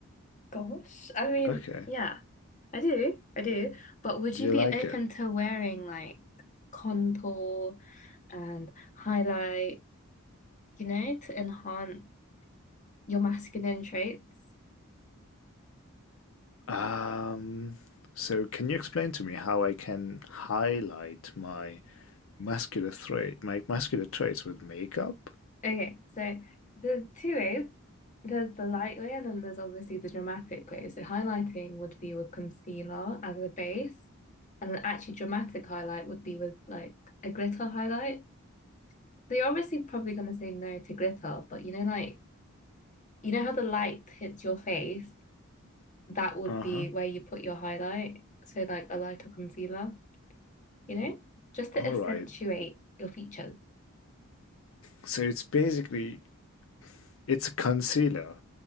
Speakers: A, on the left (about 35°); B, on the left (about 65°).
A: Gosh. I mean,
B: Okay.
A: yeah, I do. I do. But would
B: Do
A: you
B: you
A: be
B: like
A: open
B: it?
A: to wearing like contour and highlight, you know, to enhance? your masculine traits.
B: Um, so can you explain to me how I can highlight my muscular trait, my muscular traits with makeup?
A: Okay, so there's two ways. There's the light way, and then there's obviously the dramatic way. So highlighting would be with concealer as a base, and an actually dramatic highlight would be with like a glitter highlight. So you're obviously probably going to say no to glitter, but you know, like you know how the light hits your face, that would
B: Uh-huh.
A: be where you put your highlight. So like a lighter concealer, you know, just to
B: All
A: accentuate
B: right.
A: your features.
B: So it's basically it's a concealer